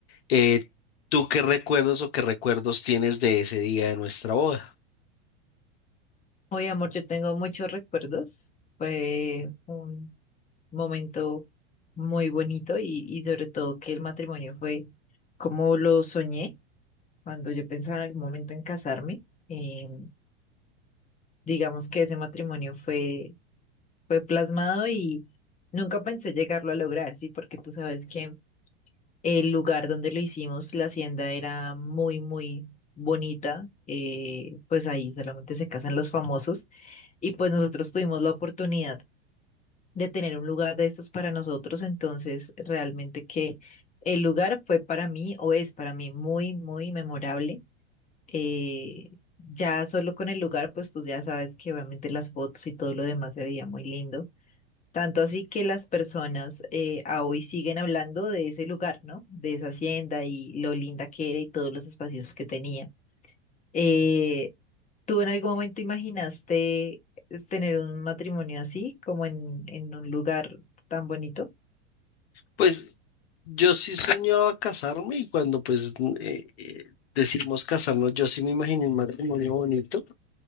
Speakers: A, on the left; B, on the left.
A: Eh, ¿tú qué recuerdos o qué recuerdos tienes de ese día de nuestra boda?
B: hoy, amor, yo tengo muchos recuerdos. Fue un momento muy bonito y, y sobre todo que el matrimonio fue como lo soñé cuando yo pensaba en algún momento en casarme. Eh, digamos que ese matrimonio fue, fue plasmado y nunca pensé llegarlo a lograr, ¿sí? Porque tú sabes que El lugar donde lo hicimos, la hacienda era muy, muy bonita. eh, pues ahí solamente se casan los famosos. Y pues nosotros tuvimos la oportunidad de tener un lugar de estos para nosotros. Entonces, realmente que el lugar fue para mí o es para mí muy, muy memorable. eh, ya solo con el lugar, pues tú ya sabes que obviamente las fotos y todo lo demás se veía muy lindo. Tanto así que las personas eh, a hoy siguen hablando de ese lugar, ¿no? De esa hacienda y lo linda que era y todos los espacios que tenía. Eh, ¿tú en algún momento imaginaste eh, tener un matrimonio así, como en, en un lugar tan bonito?
A: Pues yo sí soñaba casarme y cuando pues eh, eh, decidimos casarnos, yo sí me imaginé un matrimonio bonito,